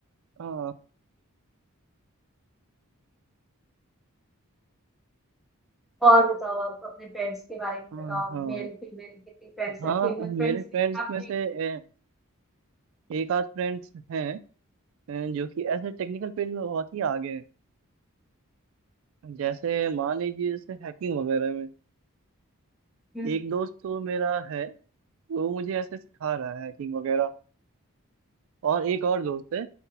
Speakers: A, on the right (about 60°); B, in the centre.
A: हाँ
B: और बताओ आप अपने फ्रेंड्स के बारे में बताओ
A: हाँ हाँ
B: मेल फीमेल कितनी फ्रेंड्स
A: हाँ
B: है फीमेल
A: मेरे
B: फ्रेंड्स
A: फ्रेंड्स
B: भी हैं आपके
A: में से ए, एक आध फ्रेंड्स हैं ए, जो कि ऐसे टेक्निकल फील्ड में बहुत ही आगे हैं जैसे मान लीजिए जैसे हैकिंग वगैरह में
B: हम्म,
A: एक दोस्त तो मेरा है वो मुझे ऐसे सिखा रहा है हैकिंग वगैरह और एक और दोस्त है